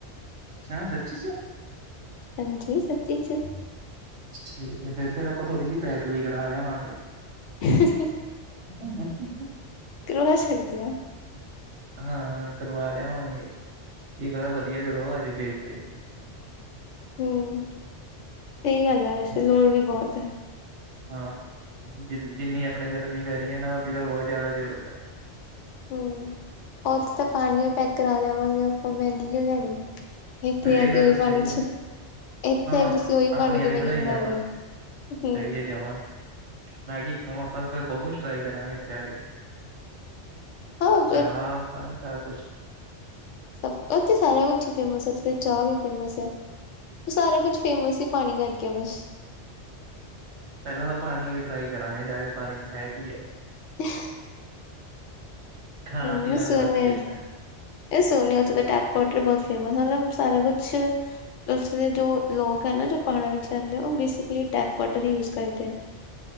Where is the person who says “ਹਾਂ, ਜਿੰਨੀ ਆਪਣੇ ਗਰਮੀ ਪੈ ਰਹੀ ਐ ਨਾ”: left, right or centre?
Right